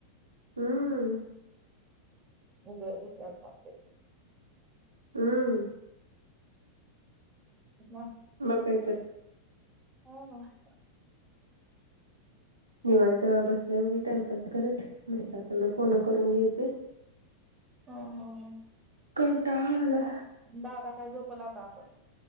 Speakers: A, on the right; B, on the right.
A: हम्म
B: मजसता.
A: हम्म.
B: ह.
A: ब बतर.
B: हो का?
A: निवांत बसल्या गी टाइमपास करत म्हटलं तेवढं फोन करून घ्यायचे.
B: ह ह.
A: कंटाळला.
B: दादा काय झोपला आता असंच.